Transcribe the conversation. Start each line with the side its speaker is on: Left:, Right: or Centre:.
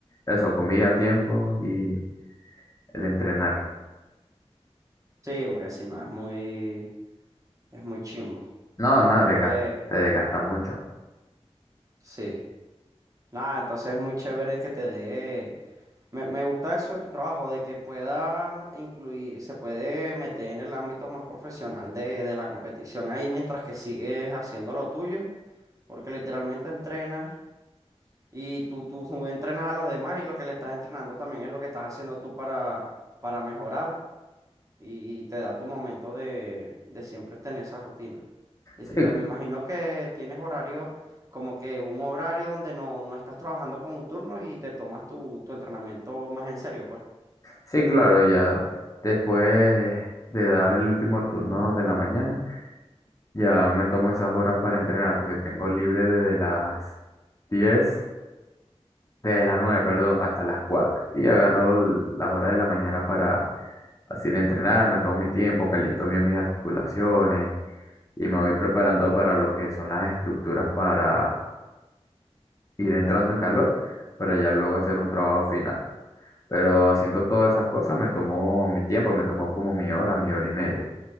Left: eso, comida, tiempo y el entrenar.
Right: Sí, porque si no es muy es muy chimbo.
Left: No, nada,
Right: Lo
Left: te desgasta,
Right: que
Left: te desgasta mucho.
Right: sí. Nada, entonces es muy chévere que te dé Me, me gusta eso de tu trabajo, de que puedas incluir, se puede meter en el ámbito más profesional de, de la competición ahí mientras que sigues haciendo lo tuyo, porque literalmente entrenas y tú, tú <laughs> entrenas a los demás y lo que le estás entrenando también es lo que estás haciendo tú para, para mejorar y, y te da tu momento de, de siempre tener esa rutina. Distinta,
Left: Sí, cl-
Right: me imagino que tienes horarios como que un horario donde no, no estás trabajando con un turno y te tomas tu, tu entrenamiento más en serio, pues.
Left: sí, claro, ya después de dar el último turno de la mañana, ya me tomo esas horas para entrenar, porque tengo libre desde las diez Desde las 9, perdón, hasta las cuatro Y agarro l- las horas de la mañana para así ir a entrenar, me tomo mi tiempo, caliento bien mis articulaciones y me voy preparando para lo que son las estructuras para ir entrando en calor, para ya luego hacer un trabajo final. Pero haciendo todas esas cosas me tomó mi tiempo, me tomó como mi hora, mi hora y media.